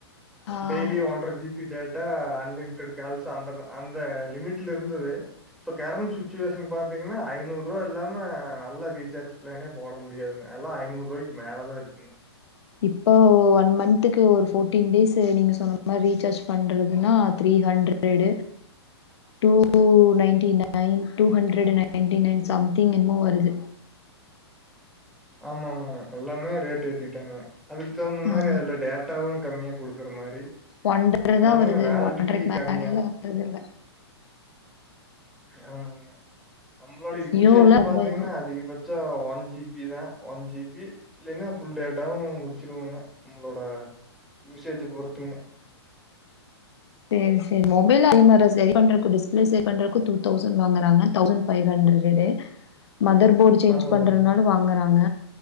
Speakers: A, on the left; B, in the centre.
A: ஆ
B: டெய்லி ஒன்றஜிப் டேட்டா அன்லிமிடெட் கால்ஸ் அந்தந்த அந்த லிமிட்லருந்து இப்ப கரண்ட் சுச்சுவேஷன் பாத்தீங்கன்னா ஐநூறு ரூவா இல்லாம நல்லா ரீசார்ஜ் ப்ளானே போட முடியாதுங்க எல்ல ஐநூறு ரூவாய்க்கு மேலே தான் இருக்குங்க
A: இப்போ ஒன் மந்த்துக்கு ஒரு ஃபோர்ட்டீன் டேஸ் நீங்க சொன்ன மாதிரி ரீசார்ஜ் பண்றதுன்னா three hundred two nine nine two hundred nine nine சம்திங்மும் வருது
B: ஆமா ஆமா எல்லாமே ரேட் ஏத்திட்டாங்க அதுக்கு தகுந்த
A: ஆ
B: மாதிரி அதுல டேட்டாவும் கம்மியா கொடுக்குற மாரி
A: ஒன்றரை
B: எல்லாமே
A: தான் வருது
B: வேலிடிட்டி
A: ஒன்றரைக்கு மேலிலா
B: கம்மியா.
A: வந்தது இல்ல
B: ஆமாங்க நம்மளோட
A: ஜியோலா
B: யூசேஜ்
A: ரொம்ப
B: பாத்தீங்கன்னா
A: இது
B: அதிகபட்ச சோ ஒன் ஜி பி தான் ஒன் ஜி பி இல்லைன்னா புல் டேட்டாவும் முடிச்சிருவாங்க நம்மளோட யூசேஜ பொறுத்துங்க
A: செரி செரி மொபைல அதே மாரி சரி பண்றதுக்கு டிஸ்ப்ளே சரி பண்றதுக்கு டூ தௌசண்ட் வாங்குறாங்க தௌசண்ட் பைவ் ஹண்ட்ரடே மதர் போர்டு சேஞ்ச்
B: அதான்
A: பண்றதுனாலு
B: அதாங்க.
A: வாங்றாங்க